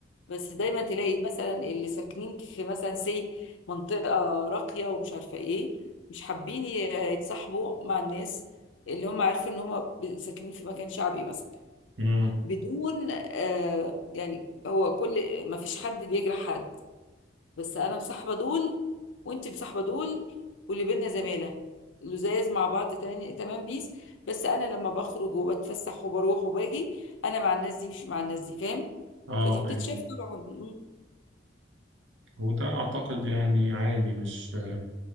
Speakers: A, on the left (about 75°); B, on the right (about 70°).
A: بس دايما تلاقي مثلا اللي ساكنين في مثلا سي منطقة راقية ومش عارفة ايه مش حابين ي- يتصاحبوا مع الناس اللي هم عارفين ان هم ب- ساكنين في مكان شعبي مثلا
B: امم
A: بدون آه يعني هو كل ما فيش حد بيجرح حد بس انا مصاحبه دول وانت مصاحبه دول واللي بينا زماله لزاز مع بعض تاني تمام بيس بس انا لما بخرج وبتفسح وبروح وباجي انا مع الناس دي مش مع الناس دي فاهم
B: اه
A: فدي بتتشاف
B: ايوه
A: طبعا مم.
B: وده اعتقد يعني عادي مش